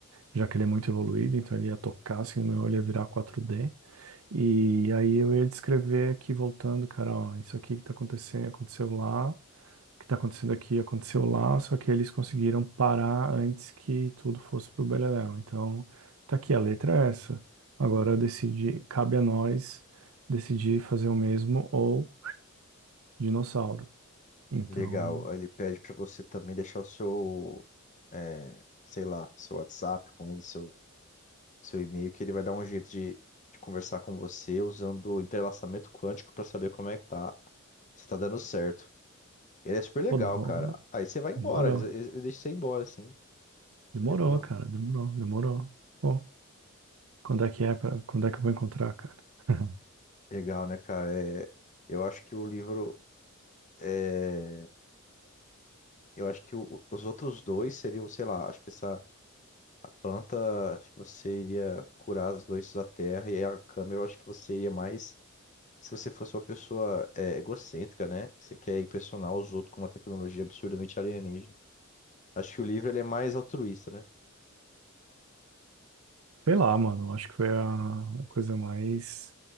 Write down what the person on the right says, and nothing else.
já que ele é muito evoluído, então ele ia tocar assim, o meu olho ia virar 4D. E aí eu ia descrever aqui voltando, cara, ó, isso aqui que tá acontecendo, aconteceu lá que está acontecendo aqui aconteceu lá, só que eles conseguiram parar antes que tudo fosse para o beleléu. Então, tá aqui, a letra é essa. Agora decidi, cabe a nós decidir fazer o mesmo ou dinossauro. Então,
pô, demorou.
Demorou,
demorou,
cara, demorou, demorou. Pô, quando é que é pra, quando é que eu vou encontrar, cara? <laughs>
Sei lá, mano, acho que foi a a coisa mais.